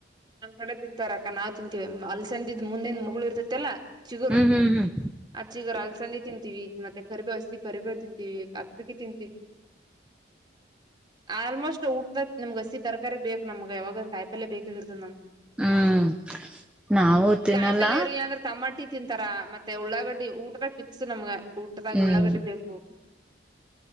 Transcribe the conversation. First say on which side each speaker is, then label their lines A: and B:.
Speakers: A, on the right; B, in the centre.
A: ನಮ್ ಕಡೆ ತಿಂತಾರಕ್ಕ ನಾವು ತಿಂತೀವಿ ಅ ಸಂದ್ ಮುಂದಿನ ಮಗಳೂರ್ದ ಚಲ ಚಿಗುರು
B: ಹ್ಮ್ ಹ್ಮ್ ಹ್ಮ್
A: ಆ ಚಿಗುರು ಅಲ್ಸಂದಿ ತಿಂತೀವಿ ಮತ್ತೆ ಕರಿಬೇ ಹಸಿ ಕರಿಬೇ ತಿಂತೀವಿ ಅದಕ ತಿಂತೀವಿ ಆಲ್ಮೋಸ್ಟ್ ಊಟದ ನಮ್ಗ್ ಹಸಿ ತರಕಾರಿ ಬೇಕ್ ನಮಗ ಯಾವಾಗ ಕಾಯಿ ಪಲ್ಯ ಬೇಕಾಗಿರ ನ
B: ಹ್ಮ್ ನಾವು ತಿನ್ನಲ್ಲ
A: ಕಾಯಿಪಲ್ಲ ಇರ್ಲ ಅಂದ್ರೆ ತಮಾಟಿ ತಿಂತಾರಾ ಮತ್ತೆ ಉಳ್ಳಾಗಡ್ಡಿ ಊಟರ ಪಿಕ್ಸ್ ನಮ್ಗ ಊಟದಾಗ
B: ಹ್ಮ್
A: ಉಳ್ಳಗಡಿಬೇಸಬೇಕ್